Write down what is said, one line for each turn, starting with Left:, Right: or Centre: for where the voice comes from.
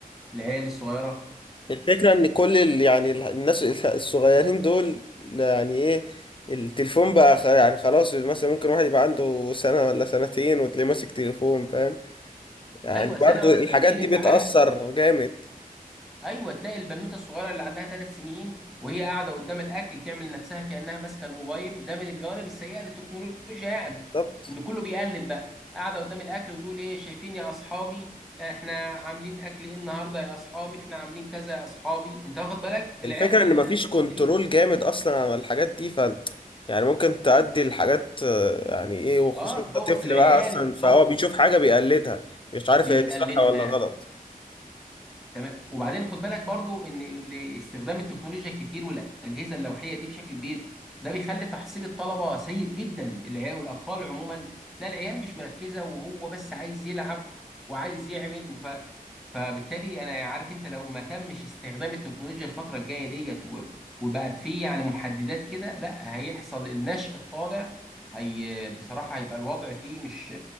Centre: العيال الصغيرة
Left: الفكرة ان كل ال... يعني ال- الناس الصغيرين دول يعني ايه التليفون بقى خ... يعني خلاص مثلا ممكن واحد يبقى عنده سنة ولا سنتين وتلاقيه ماسك تليفون فاهم يعني
Centre: ايوه سنه
Left: برضو
Centre: ولا
Left: الحاجات
Centre: سنتين
Left: دي
Centre: انت
Left: بتأثر
Centre: عارف
Left: جامد
Centre: ايوه تلاقي البنوته الصغيره اللي عندها ثلاث سنين وهي قاعده قدام الاكل تعمل نفسها كانها ماسكه الموبايل ده من الجوانب السيئه للتكنولوجيا يعني
Left: بالظبط
Centre: ان كله بيقلد بقى قاعده قدام الاكل وتقول ايه شايفين يا اصحابي احنا عاملين اكل ايه النهارده يا اصحابي احنا عاملين كذا يا اصحابي انت واخد بالك العيال
Left: الفكرة
Centre: <laughs> اللي
Left: ان مفيش
Centre: بتبوظ
Left: كنترول
Centre: دي
Left: جامد اصلا على الحاجات دي ف يعني ممكن تأدي الحاجات آه، يعني ايه وخصوصا
Centre: اه تبوظ
Left: انت طفل
Centre: العيال
Left: بقى اصلا فهو
Centre: وتبوظ
Left: بيشوف حاجة بيقلدها مش عارف
Centre: بيقلدها
Left: هي دي صح ولا غلط
Centre: تمام وبعدين خد بالك برضو ان ال- استخدام التكنولوجيا الكتير والاجهزه اللوحيه دي بشكل كبير ده بيخلي تحصيل الطلبه سيء جدا العيال والاطفال عموما لا العيال مش مركزه وهو بس عايز يلعب وعايز يعمل وف... فبالتالي انا عارف انت لو ما تمش استخدام التكنولوجيا الفتره الجايه ديت و... وبقت فيه يعني محددات كده لا هيحصل النشء الطالع هي بصراحه هيبقى الوضع فيه مش